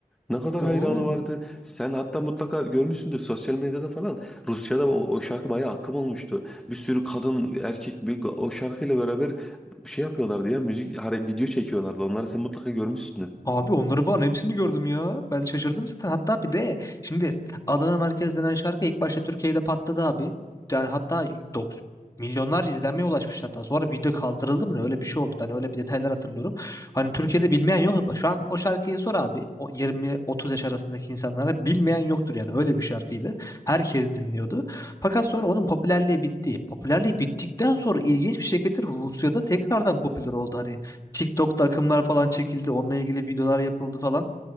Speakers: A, in the centre; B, on the left.
A: Ne kadar
B: Oğlum
A: hayranı vardı. Sen hatta mutlaka görmüşsündür sosyal medyada falan. Rusya'da o, o şarkı bayağı akım olmuştu. Bir sürü kadın, erkek bir, o şarkıyla beraber şey yapıyorlardı ya müzik hare- video çekiyorlardı. Onları sen mutlaka görmüşsündür.
B: Abi onları falan hepsini gördüm ya. Ben şaşırdım zaten. Hatta bir de şimdi Adana Merkez denen şarkı ilk başta Türkiye'de patladı abi. Yani hatta dok- milyonlarca izlenmeye ulaşmış hatta. Sonra video kaldırıldı mı ne? öyle bir şey oldu. Ben öyle bir detaylar hatırlıyorum. Hani Türkiye'de bilmeyen yok. Şu an o şarkıyı sor abi. O 20-30 yaş arasındaki insanlara bilmeyen yoktur yani. Öyle bir şarkıydı. Herkes dinliyordu. Fakat sonra onun popülerliği bitti. Popülerliği bittikten sonra ilginç bir şekilde Rusya'da tekrardan popüler oldu. Hani TikTok'ta akımlar falan çekildi. Onunla ilgili videolar yapıldı falan.